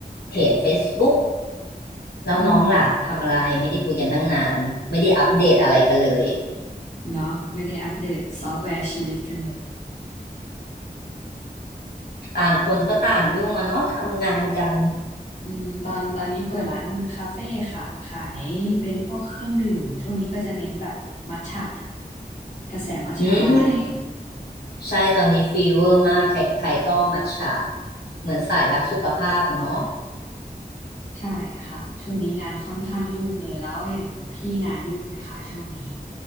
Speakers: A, on the left; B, on the left.
A: เพจ Facebook แล้วน้องล่ะทำอะไรไม่ได้คุยกันตั้งนานไม่ได้อัปเดตอะไรกันเลย
B: อืมเนาะไม่ได้อัปเดตซอฟต์แวร์ชีวิตกันเลย
A: <laughs> ต่างคนก็ต่างยุ่งอะเนาะทำงานกัน
B: <laughs> อืมตอนตอนนี้เปิดร้านคาเฟ่ค่ะขายเป็นพวกเครื่องดื่มช่วงนี้ก็จะเน้นแบบมัทฉะกระแสมัทฉะมาแรง
A: อืมใช่ตอนนี้ฟีเวอร์มากใครๆก็มัทฉะเหมือนสายรักสุขภาพอะเนาะ
B: อืมใช่ค่ะช่วงนี้งานค่อนข้างยุ่งเลยแล้วอย่างพี่งานยุ่งไหมคะช่วงนี้